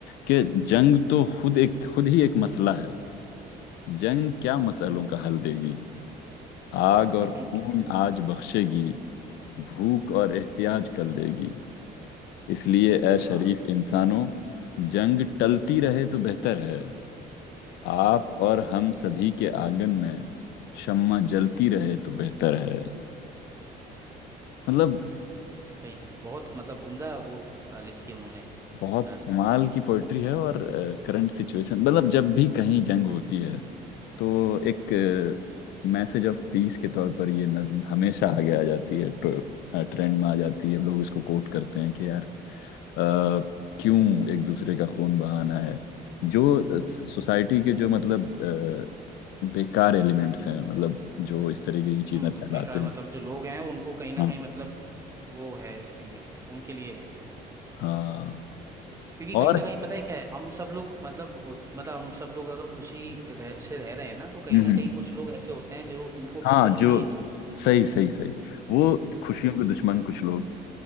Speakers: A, on the left; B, on the right.
A: कि जंग तो खुद एक खुद ही एक मसला है जंग क्या मसलों का हल देगी आग और
B: <laughs>
A: खून
B: क्या-
A: आज बख्शेगी भूख और एहतियाज कर देगी इसलिए ए
B: हाँ
A: शरीफ इंसानों जंग टलती रहे तो बेहतर है आप और हम सभी के आंगन में शम्मा जलती रहे तो बेहतर है मतलब
B: सही है बहुत मतलब उम्दा वो अ, लिखी है उन्होंने
A: बहुत
B: नज्म
A: कमाल की पोइट्री है और करंट सिचुएशन मतलब जब भी कहीं जंग होती है तो एक मैसेज ऑफ पीस के तौर पर ये नज्म हमेशा आगे आ जाती है ट्रेंड में आ जाती है लोग इसको कोट करते हैं कि यार अ, क्यों एक दूसरे का खून बहाना है जो सोसाइटी के जो मतलब अ, बेकार एलिमेंट्स हैं मतलब जो इस तरीके की चीजें
B: हम्म
A: फैलाते
B: बेकार
A: हैं
B: मतलब जो लोग हैं उनको कहीं ना
A: हाँ
B: कहीं मतलब वो है इसके लिए उनके लिए है ये
A: हाँ
B: क्योंकि
A: और
B: कहीं ना कहीं पता है क्या है हम सब लोग मतलब हो मतलब हम सब लोग अगर खुशी रह, से रह रहे हैं ना तो कहीं
A: हम्म
B: ना
A: हम्म,
B: कहीं कुछ लोग ऐसे होते हैं जो उनको
A: हाँ
B: पसंद
A: जो
B: नहीं है ये चीज
A: सही सही सही वो खुशियों के दुश्मन कुछ लोग